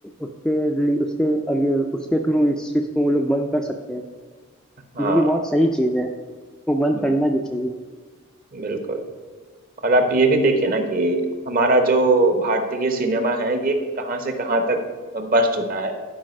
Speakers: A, in the centre; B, on the right.
A: उसके लिए उसके आगे उसके थ्रू इस चीज़ को वो लोग बंद कर सकते हैं
B: हाँ
A: जो कि बहुत सही चीज़ है वो बंद
B: हम्म,
A: करना भी चाहिए
B: बिल्कुल और आप ये भी देखिए ना कि हमारा जो भारतीय सिनेमा है ये कहाँ से कहाँ तक बढ़ चुका है